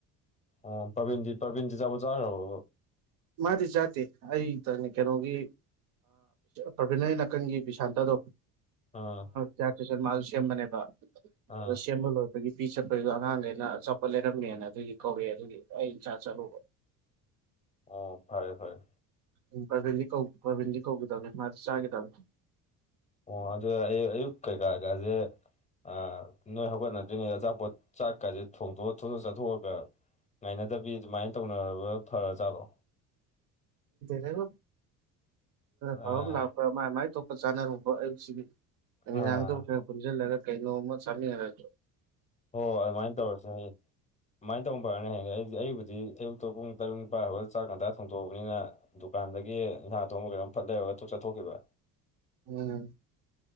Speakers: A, on the left; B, on the right.
A: ꯑꯣ ꯄ꯭ꯔꯕꯤꯟꯖꯤ ꯄ꯭ꯔꯕꯤꯟꯖꯤ ꯆꯥꯕꯨ ꯆꯥꯈ꯭ꯔꯕ
B: ꯃꯥꯗꯤ ꯆꯥꯇ ꯑꯩ ꯏ ꯇꯅꯤ ꯀꯩꯅꯣꯒꯤ ꯄ꯭ꯔꯕꯤꯅꯔꯤ ꯅꯥꯀꯟꯒꯤ ꯕꯤꯁꯥꯟꯇꯗꯣ
A: ꯑꯥ
B: ꯆꯥꯇꯁ ꯃꯥꯁꯨ ꯁꯦꯝꯕꯅꯦꯕ
A: ꯑꯥ
B: ꯑ ꯁꯦꯝꯕ ꯂꯣꯏꯕꯒꯤ ꯄꯤ ꯆꯠꯄꯒꯤꯗꯣ ꯑꯉꯥꯡꯗ ꯑꯩꯅ ꯑꯆꯥꯄ ꯂꯩꯔꯝꯃꯦꯅ ꯑꯗꯨꯒꯤ ꯀꯧꯋꯦ ꯑꯗꯨꯒꯤ ꯑꯩ ꯏ ꯆꯥ ꯆꯂꯣꯕ
A: ꯑꯣ ꯐꯔꯦ ꯐꯔꯦ
B: ꯎ ꯄꯕꯤꯤꯟꯗꯤ ꯀꯧ ꯄꯕꯤꯟꯗꯤ ꯀꯧꯗꯕ ꯃꯥ ꯆꯥ ꯀꯦ ꯇꯕꯦ
A: ꯑꯣ ꯑꯗꯨ ꯑ ꯑꯌꯨꯛ ꯀꯩꯀꯥ ꯀꯥꯁꯦ ꯑ ꯅꯣꯏ ꯍꯧꯒꯠꯅꯗ꯭ꯔꯤꯉꯩꯗ ꯑꯆꯥꯄꯣꯠ ꯆꯥꯛꯀꯁꯦ ꯊꯣꯡꯗꯣꯛꯑ ꯊꯣꯡꯇꯣꯛ ꯆꯥꯊꯣꯛꯑꯒ ꯉꯥꯏꯅꯗꯕꯤ ꯑꯗꯨꯃꯥꯏꯅ ꯇꯧꯅꯔꯕ ꯐꯔ ꯆꯥꯠꯂꯣ
B: ꯔꯒ ꯊꯥꯎ
A: ꯑꯥ
B: ꯂꯥꯛꯥꯏ ꯃꯥꯥꯏ ꯆꯥꯅꯔꯨꯕ ꯑꯌꯨꯛꯁꯤꯒꯤ ꯅꯨꯃꯤꯗꯥꯡꯗ
A: ꯑꯥ
B: ꯈꯔ ꯄꯨꯟꯁꯤꯜꯂꯒ ꯀꯩꯅꯣꯝꯃ ꯆꯥꯃꯤꯟꯅꯔꯦ
A: ꯍꯣꯏ ꯑꯗꯨꯃꯥꯏꯅ ꯇꯧꯔꯁꯨ ꯍꯌꯦ ꯑꯗꯨꯃꯥꯏꯅ ꯇꯧꯕꯝꯕ꯭ꯔꯅꯤ ꯍꯥꯏꯌꯦ ꯑꯩꯗꯤ ꯑꯩꯕꯨꯗꯤ ꯄꯨꯡ ꯇꯔꯨꯡ ꯄꯥꯣꯏ ꯆꯥꯛ ꯀꯟꯇ ꯊꯣꯡꯗꯣꯛꯑꯕꯅꯤꯅ ꯗꯨꯀꯥꯟꯗꯒꯤ ꯅꯟꯁꯥ ꯑꯊꯣꯡꯕ ꯀꯩꯔꯣꯝ ꯐꯠ ꯂꯩꯔꯒ ꯆꯠꯊꯣꯛꯈꯤꯕ
B: ꯎꯝ